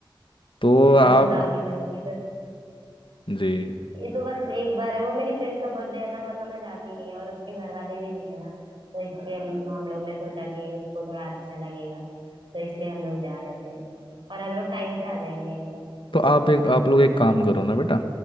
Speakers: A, on the left (about 70°); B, on the right (about 65°).
A: तो
B: मैं ऐसा
A: आप
B: कोई काम नहीं करूंगी बस
A: जी
B: ये तो बस एक बार है वो मेरी फ्रेंड का बर्थडे है ना वरना मैं जाती नहीं है, और उसके घर वाले भी नहीं है ना तो इसलिए हम हम लोग ने सोचा कि उसको थोड़ा अच्छा लगेगा तो इसलिए हम लोग जा रहे थे और हम लोग टाइम से आ जाएंगे अंकल
A: तो आप एक आप लोग एक काम करो ना बेटा